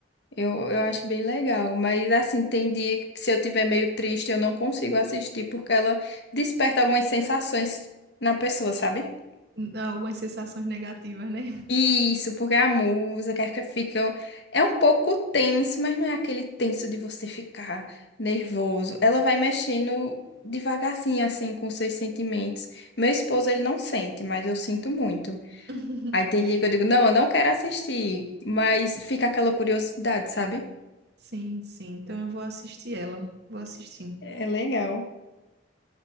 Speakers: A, on the left (about 65°); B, on the right (about 60°).
A: Eu, eu acho bem legal. Mas assim, tem dia que se eu tiver meio triste, eu não consigo assistir porque ela desperta algumas sensações na pessoa, sabe?
B: N- Algumas sensações negativas, né?
A: Isso, porque a música que fica é um pouco tenso, mas não é aquele tenso de você ficar nervoso. Ela vai mexendo devagarzinho assim com seus sentimentos. Meu esposo ele não sente, mas eu sinto muito.
B: <laughs>
A: Aí tem dia que eu digo, não, eu não quero assistir, mas fica aquela curiosidade, sabe?
B: Sim, sim. Então eu vou assistir ela. Vou assistir.
A: É legal.